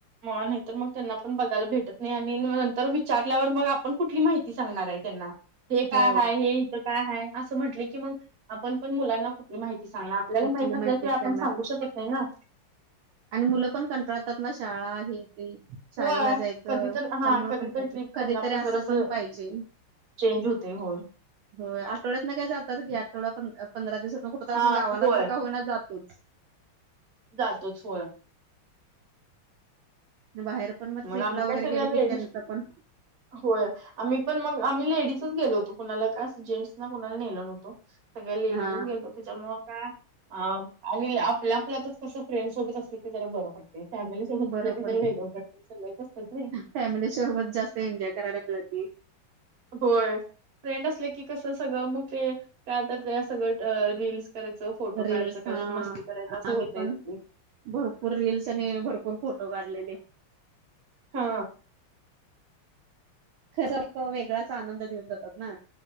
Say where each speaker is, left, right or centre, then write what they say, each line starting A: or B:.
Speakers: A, on the right; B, on the right.
A: मग नाही तर मग त्यांना पण बघायला भेटत नाही आणि नंतर विचारल्यावर मग आपण कुठली माहिती किती सांगणार आहे त्यांना‌. हे काय
B: हो
A: ह हे इथं काय ह असं म्हटलं की मग आपण पण मुलांना कुठली माहिती सांगणार. आपही
B: कुठली
A: माहित असलं
B: माहितीच
A: की आपण
B: जाणार
A: सांगू शकत नाही ना.
B: आणि मुलं पण कंटाळतात ना शाळा हे ते. शाळेला
A: होय
B: जायचं
A: कधी तर
B: त्यामुळं
A: हा कधी तर ट्रिप त्यांना
B: कधीतरी असं
A: जरासं
B: पण पाहिजे.
A: चेंज होतय होय.
B: होय आठवड्यातन काय जातात आठवडा पंधरा दिवसात कुठं तर
A: हा
B: आपण गावाला
A: होय
B: तर का होईना जातोच‌.
A: जातोच होय.
B: बाहेर पण मग ट्रिपला
A: आम्ही काय
B: वगैरे
A: सगळ्या
B: गेले की
A: लेडीज
B: त्यांच पण
A: होय. आम्ही पण मग आम्ही लेडीजच गेलो होतो, कुणाला का जेंट्स ना कणाला नेलो नव्हतो. सगळ्या लेडीजच
B: हा
A: गेलो होतो. त्याच्यामुळं काय आणि आपल्या आपल्यातच कसं फ्रेंड सोबत असल की जरा बरं पडतेय. फॅमिलीच सोबत
B: बरं पडत
A: वेगळं पड सगळंच असतात नय.
B: फॅमिली सोबत जास्त एन्जॉय करायला मिळत नाही.
A: होय फ्रेंड असले की कसं सगळं मग ते काय आता सगळं रील्स करायच फोटो काढायचं
B: रील्स
A: काय
B: हा
A: तर मस्ती करायचं असं
B: आम्ही
A: होतयच
B: पण
A: ते.
B: भरपूर रील्स आणि भरपूर फोटो काढलेले.
A: हा.
B: खरं असं वेगळाच आनंद देऊन जातात ना.